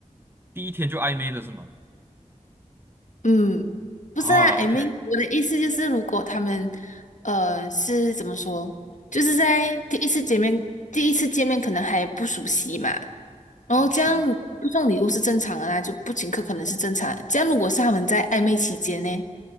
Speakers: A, on the right (about 15°); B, on the left (about 70°).
A: 第一天就暧昧的是吗？
B: 嗯，不是啊，I
A: 啊，OK，
B: m 我的意思就是，如果他们，呃，是怎么说，就是在第一次见面，第一次见面可能还不熟悉嘛，然后这样不送礼物是正常的啦，
A: 啊，是啊，
B: 就不请客可能是正常的这样如果是他们在暧昧期间呢？